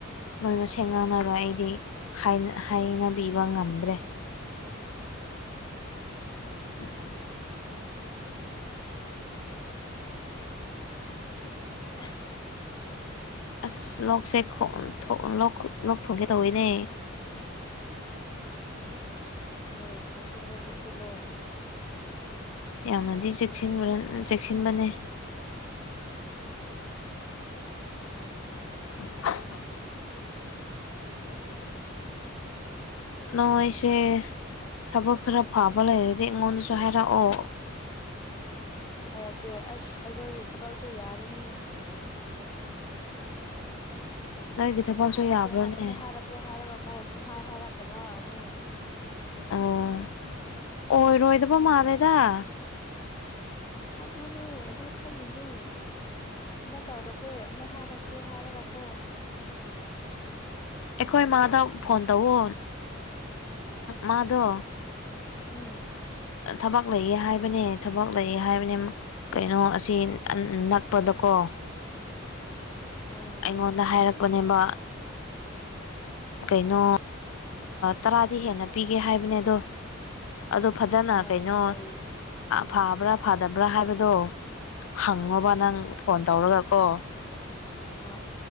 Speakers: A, on the left (about 80°); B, on the left (about 20°).
A: ꯅꯣꯏ ꯃꯁꯦꯡ ꯉꯥꯟꯅꯔꯣ ꯑꯩꯗꯤ ꯍꯥꯏꯅ ꯍꯥꯏꯅꯕꯤꯕ ꯉꯝꯗ꯭ꯔꯦ꯫ <unintelligible>
B: <unintelligible>
A: ꯑꯁ ꯂꯣꯛꯁꯦ ꯈꫭꯟ ꯊꫭꯡ ꯂꯣꯛ ꯊꯨꯡꯒꯦ ꯇꯧꯋꯦꯅꯦ꯫
B: ꯍꯦ ꯆꯦꯛꯁꯤꯜꯂꯣ-ꯆꯦꯛꯁꯤꯜꯂꯣ꯫
A: ꯌꯥꯝꯅꯗꯤ ꯆꯦꯛꯁꯤꯟꯕꯔ ꯆꯦꯛꯁꯤꯟꯕꯅꯦ꯫ <unintelligible> ꯅꫭꯏꯁꯦ ꯊꯕꯛ ꯈꯔ ꯐꯥꯕ ꯂꯩꯔꯗꯤ ꯑꯩꯉꯣꯟꯗꯁꯨ ꯍꯥꯏꯔꯛꯑꯣ꯫
B: ꯍꯥꯏꯔꯛꯀꯦ ꯑꯁ ꯑꯩꯈꯣꯏꯒꯤ ꯊꯕꯛꯁꯨ ꯌꯥꯔꯤꯅꯦ꯫
A: ꯅꯣꯏꯒꯤ ꯊꯕꯛꯁꯨ
B: ꯑꯃꯨꯛ ꯍꯥꯏꯔꯛꯀꯦ
A: ꯌꯥꯕ꯭ꯔꯣꯅꯦ
B: ꯍ ꯑꯃꯨꯛ ꯍꯥꯏꯔꯛꯀꯦ ꯍꯥꯏꯔꯒꯀꯣ ꯁꯨꯝ ꯍꯥꯏ ꯍꯥꯏꯔꯛꯇꯕ ꯑꯗꯣ꯫
A: ꯑꯣ ꯑꯣꯏꯔꯣꯏꯗꯕ ꯃꯥꯜꯂꯦꯗꯥ꯫
B: ꯑꯗꯨꯅꯦ ꯑꯗꯨ ꯈꯜꯂꯤꯅꯦ ꯑꯃꯨꯛ ꯇꯧꯔꯛꯀꯦ ꯑꯃꯨꯛ ꯍꯥꯏꯔꯛꯀꯦ ꯍꯥꯏꯔꯒ ꯀꯣ
A: ꯑꯩꯈꯣꯏ ꯃꯥꯗ ꯐꯣꯟ ꯇꯧꯋꯣ ꯃꯥꯗꯣ
B: ꯎꯝ
A: ꯊꯕꯛ ꯂꯩꯌꯦ ꯍꯥꯏꯕꯅꯦ ꯊꯕꯛ ꯂꯩꯌꯦ ꯍꯥꯏꯕꯅꯦ ꯀꯩꯅꯣ ꯑꯁꯤ ꯅꯛꯄꯗꯀꯣ
B: <inaudible> ꯑꯥ
A: ꯑꯩꯉꯣꯟꯗ ꯍꯥꯏꯔꯛꯄꯅꯦꯕ ꯀꯩꯅꯣ
B: ꯎꯝ
A: ꯇꯔꯥꯗꯤ ꯍꯦꯟꯅ ꯄꯤꯒꯦ ꯍꯥꯏꯕꯅꯦ ꯑꯗꯣ ꯑꯗꯣ ꯐꯖꯅ
B: ꯑꯥ
A: ꯀꯩꯅꯣ
B: ꯀꯩ
A: ꯐꯕ꯭ꯔꯥ ꯐꯗꯕ꯭ꯔꯥ ꯍꯥꯏꯕꯗꯣ ꯍꯪꯉꯣꯕ
B: ꯑꯥ
A: ꯅꯪ ꯐꯣꯟ ꯇꯧꯔꯒ ꯀꯣ
B: ꯑ